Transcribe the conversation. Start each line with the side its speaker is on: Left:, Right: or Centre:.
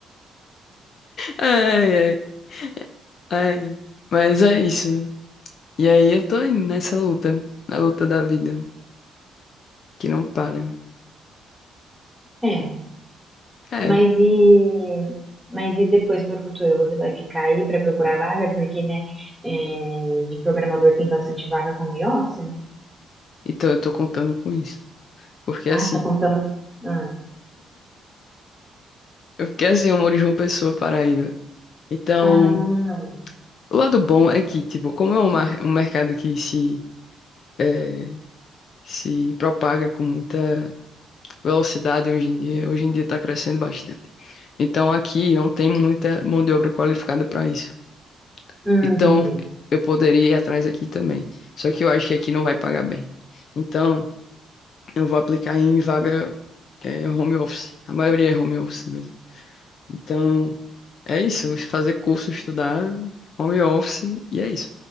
Left: Ai, ai, ai. Mas é isso. E aí eu tô aí nessa luta. Na luta da vida. Que não para.
Centre: É.
Left: E- É.
Centre: Mas e, mas e depois para o futuro? Você vai ficar aí para procurar vaga? Porque, né, é, de programador tem bastante vaga home office, né?
Left: Então eu tô contando com isso. Porque
Centre: Ah,
Left: assim,
Centre: tá contando. Ah,
Left: eu fiquei assim, eu moro em João Pessoa, Paraíba. Então.
Centre: ah,
Left: O lado bom é que, tipo, como é um, mar- um mercado que se, eh, se propaga com muita velocidade hoje em dia, hoje em dia está crescendo bastante. Então, aqui não tem muita mão de obra qualificada para isso.
Centre: hum,
Left: Então,
Centre: entendi.
Left: eu poderia ir atrás aqui também. Só que eu acho que aqui não vai pagar bem. Então, eu vou aplicar em vaga, eh, home office. A maioria é home office mesmo. Então, é isso, fazer curso, estudar, home office, e é isso.